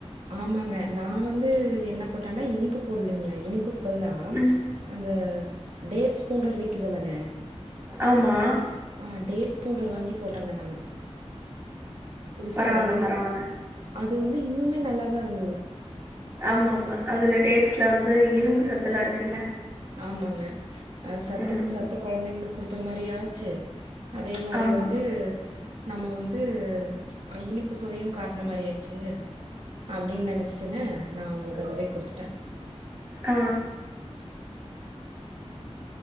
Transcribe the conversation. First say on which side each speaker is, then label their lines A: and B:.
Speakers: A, on the right (about 80°); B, on the right (about 25°).
A: ஆமாங்க நா வந்து என்ன போட்டேனா இனிப்பு பொருளுங்க இனிப்பு பதிலா
B: ம்
A: அந்த டேட்ஸ் பவுடர் விக்கிதில்லங்க
B: ஆமா
A: ஆஹ் டேட்ஸ் பவுடர் வாங்கி போட்டங்க நானு புதுசா
B: பரவால்ல
A: இருக்கு
B: பரவால்ல
A: அது வந்து இன்னுமே நல்லாதா இருந்துது
B: ஆமாம்மா அதுல டேட்ஸ்ல வந்து இரும்பு சத்துலா இருக்குல்ல
A: ஆமாங்க அ சத்துக்கு
B: ம்
A: சத்த குழந்தைங்களுக் குடுத்த மாரியு ஆச்சு அதே மாரி
B: ஆமா
A: வந்து நம்ம வந்து அ இனிப்பு சுவையு காட்ன மாரியாச்சு எ அப்டின்னு நினச்சுட்டுங்க நா உங்களுக்கு அதவே குடுத்துட்டே
B: ஆ